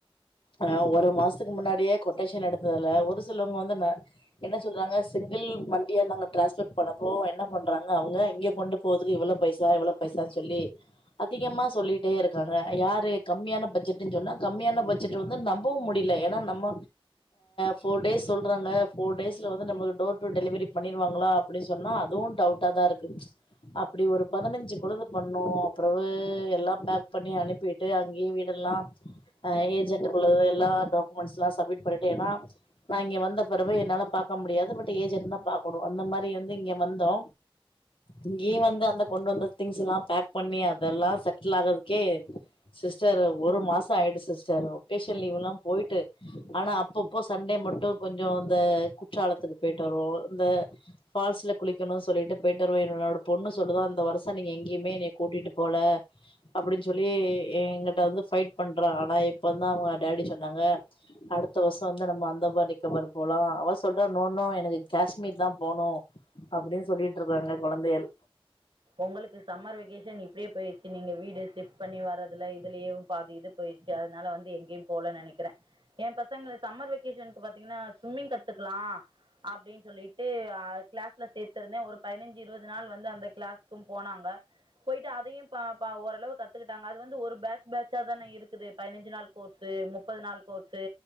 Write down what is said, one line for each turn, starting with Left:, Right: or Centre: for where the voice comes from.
Left: அ ஒரு மாசத்துக்கு முன்னாடியே கொட்டேஷன் எடுத்ததுல ஒரு சிலவ்ங்க வந்து ன என்ன சொல்றாங்க ‌சிங்கிள் மண்டியா நாங்க ட்ரான்ஸ்ஃபர் பண்ணப்போ என்ன பண்றாங்க அவுங்க இங்க கொண்டு போதுக்கு இவ்ள பைசா இவ்ள பைசானு சொல்லி அதிகமா சொல்லிட்டே இருக்காங்க யாரு கம்மியான பஜ்ஜட்டுன் சொன்னா கம்மியான பட்ஜெட் வந்து நம்பவும் முடி யில்ல ஏனா நம்ம ஃபோர் டேஸ் சொல்றாங்க ஃபோர்டேஸ்ல வந்து நமள் டோர் டொ டெலிவரி பண்ணிருவாங்களா அப்புடி சொன்னா அதுவு டவுட்டா தா இருக்கு அப்டி ஒரு பதினஞ்சு குழுது பண்ணோ அப்புறவு எல்லா பேக் பண்ணி அனுப்பிட்டு அங்கய வீடெல்லா ஆ ஏஜென்ட் குழுவு எல்லா டாக்மன்ஸ்லா சப்மிட் பன்னிட்டு எனா நா இங்க வந்த பெறெவு என்னால பாக்க முடியாது பட் ஏஜன்ட் தா பாக்கனு அந்த மாரி வந்து இங்க வந்தோ இங்கயெ வந்து அந்த கொண்டு வந்த திங்ஸ்லா பேக்பண்ணி அதெல்லா செட்டில் ஆகதுக்கே சிஸ்டர் ஒரு மாச ஆயிடு சிஸ்டர் ஒக்கேஷன் லீவ்லா போயிட்டு ஆனா அப்பப்ப சண்டே மட்டு‌ கொஞ்சொ இந்த குற்றாலத்துக்கு போயிட்டு வருவோ இந்த ஃபால்ஸ்ல குளிக்கணு சொல்லிட்டு போயிட்டு வருவோ என்னோட பொண்ணு சொல்லுதா இந்த வருஷ நீங்க எங்கயுமே என்னய கூட்டிட்டு போல அப்டின் சொல்லி எங்கிட்ட வந்து ஃபைட் பண்றா ஆனா இப்பந்தா அவுங்க டாடி சொ ன்னாங்க அடுத்த வருஷ வந்து நம்ம அந்தமான் நிகோபார் போலா அவ சொல்றா நோ நோ எனக்கு காஷ்மீர் தா போனு அப்பிடின் சொல்லிட்ருக்காங்க கொழந்தைகள்
Right: உங்களுக்கு சம்மர் வெகேஷன் இப்டியே போயிருச்சு நீங்க வீடு ஷிஃப்ட் பண்ணி வர்றதுல இதுலயும் பாதி இது போயிற்ச்சு அதனால வந்து எங்கயும் போல நெனக்கிறே ஏ பசங்க சம்மர் வெகேஷன் இப்ப பாத்தீங்கனா ஸ்விம்மிங் கத்துக்லா அப்டின் சொல்லிட்டு அ க்ளாஸ்ல சேத்திருந்தே ஒரு பதினஞ்சு இருபது நாள் வந்து அந்த க்ளாஸ் கும் போனாங்க போயிட்டு அதையும் ப ப ஓரளவு கத்துக்கிட்டாங்க அது வந்து ஒரு பேஜ் பேஜ்ஜா தானே இருக்குது பதினஞ்சு நாள் கோர்சு முப்பது நாள் கோர்சு